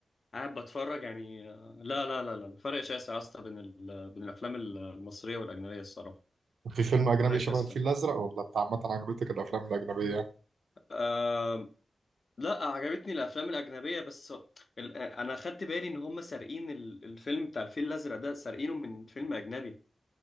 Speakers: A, on the left (about 50°); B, on the right (about 80°).
A: قاعد بتفرج يعني آه، لا لا لا لا فرق شاسع يا اسطى بين ال... بين الافلام المصريه والاجنبيه الصراحه
B: في فيلم اجنبي
A: فرق شاسع
B: شبه الفيل الازرق ولا انت عامة عجبتك الافلام الاجنبيه يعني
A: أه... لا عجبتني الافلام الاجنبيه بس ال... انا خدت بالي ان هم سارقين ال... الفيلم بتاع الفيل الازرق ده سارقينه من فيلم اجنبي